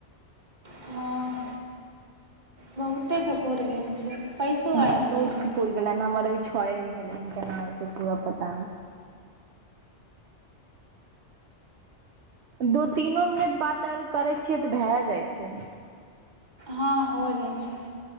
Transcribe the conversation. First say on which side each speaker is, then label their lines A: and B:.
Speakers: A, on the right; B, on the right.
A: हँ बहुतेके पुरि गेल छै पैसो
B: हँ
A: आइ गेल
B: बहुत
A: छै
B: के पुरि गेलै ने हमर इ छौ गो भेलनि केना होतै पुरा पता नै दू तीनो मिनट बात आर करै छियै तऽ भए जाइ छै
A: हँ हो छै